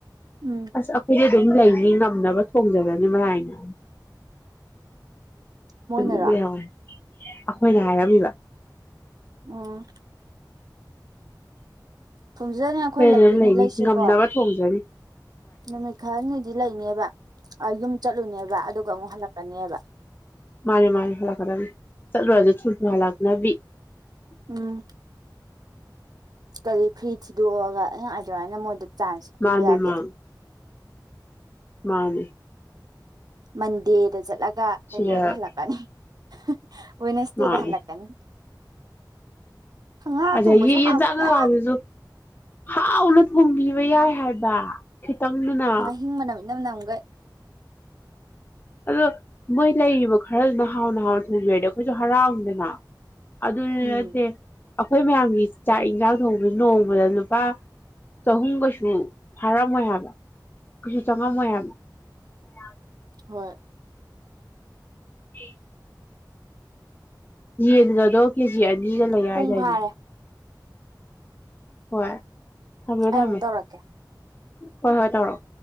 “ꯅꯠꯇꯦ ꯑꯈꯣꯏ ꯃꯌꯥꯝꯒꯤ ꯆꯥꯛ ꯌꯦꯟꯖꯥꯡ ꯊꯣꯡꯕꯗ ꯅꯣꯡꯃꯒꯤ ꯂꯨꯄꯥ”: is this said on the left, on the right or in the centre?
Left